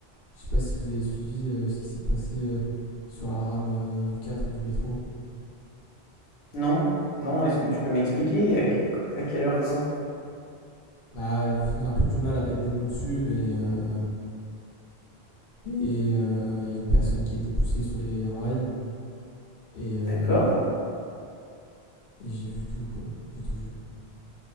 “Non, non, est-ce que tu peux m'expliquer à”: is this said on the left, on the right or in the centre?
Left